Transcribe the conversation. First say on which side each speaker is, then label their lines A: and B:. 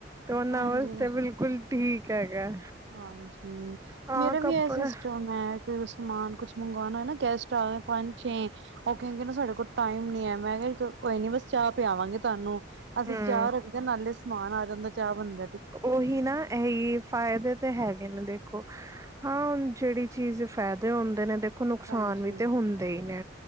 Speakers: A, on the right; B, on the right.
A: ਤੇ ਉਹਨਾਂ
B: ਹਾਂਜੀ
A: ਵਾਸਤੇ ਬਿਲਕੁਲ ਠੀਕ ਹੈਗਾ।
B: ਹਾਂਜੀ
A: ਹਾਂ
B: ਮੇਰਾ
A: ਕੱਪੜਾ
B: ਵੀ ਇਹ ਸਿਸਟਮ ਹੈ। ਸਮਾਨ ਕੁਛ ਮੰਗਵਾਉਣਾ ਨਾ ਗੈਸਟ ਆ ਪੰਜ ਛੇ ਉਹ ਕਹਿੰਦੇ ਸਾਡੇ ਕੋਲ ਟਾਈਮ ਨੀ ਹੈ ਮੈਂ ਕਿਹਾ। ਕੋਈ ਨੀ ਬਸ ਚਾਹ ਪਿਆਵਾਂਗੇ ਤੁਹਾਨੂੰ ਅਸੀਂ
A: ਹੂੰ
B: ਚਾਹ ਰੱਖਦੇ ਨਾਲੇ ਸਮਾਨ ਆ ਜਾਂਦਾ ਚਾਹ ਬੰਦੇ।
A: ਉਹੀ ਨਾ ਇਹ ਫਾਇਦੇ। ਤੇ ਹੈਗੇ ਨੇ ਦੇਖੋ, ਹਾਂ ਜਿਹੜੀ ਚੀਜ਼ ਫਾਇਦੇ ਹੁੰਦੇ ਨੇ ਦੇਖ ਖੋ ਨੁਕਸਾਨ
B: ਹਾਂਜੀ
A: ਵੀ ਤੇ ਹੁੰਦੇ ਈ ਨੇ